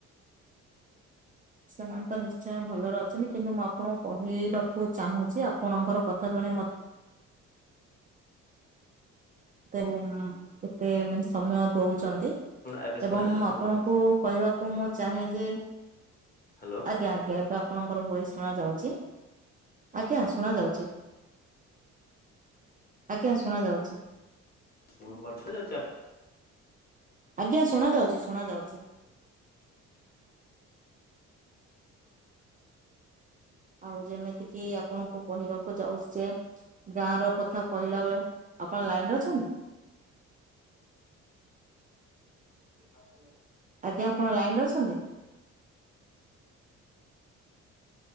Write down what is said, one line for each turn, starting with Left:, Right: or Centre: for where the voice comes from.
Right: ସେମାନେ ତ ନିଶ୍ଚୟ ଭଲରେ ଅଛନ୍ତି କିନ୍ତୁ ମୁଁ ଆପଣଙ୍କୁ କହିବାକୁ ଚାହୁଁଛି ଆପଣଙ୍କର କଥା ଶୁଣି ମତେ ଏତେ ମ ଏତେ ମାନେ ସମୟ ଦଉଛନ୍ତି
Left: ହଁ ଶୁଣା ଏବେ ଶୁଣା
Right: ଏବଂ
Left: ଯାଉଛି
Right: ଆପଣଙ୍କୁ
Left: ମୋ ଭଏସ
Right: କହିବାକୁ ମୁଁ ଚାହେଁ ଯେ
Left: ହ୍ୟାଲୋ।
Right: ଆଜ୍ଞା ଆଜ୍ଞା ଏବେ ଆପଣଙ୍କର ଭଏସ ସୁନା ଯାଉଛି। ଆଜ୍ଞା ଶୁଣା ଯାଉଛି। ଆଜ୍ଞା ଶୁଣା ଯାଉଛି।
Left: ମୁଁ ବର୍ଷା ଯାଉଛି ଆ
Right: ଆଜ୍ଞା ଶୁଣା ଯାଉଛି ଶୁଣା ଯାଉଛି। ଆଉ ଯେମିତି କିି ଆପଣଙ୍କୁ କହିବାକୁ ଯାଉଛି ଯେ ଗାଁ ର କଥା କହିଲା ବେଳେ ଆପଣ ଲାଇନ ରେ ଅଛନ୍ତି?
Left: ଆଉ
Right: ଆଜ୍ଞା ଆପଣ ଲାଇନରେ ଅଛନ୍ତି?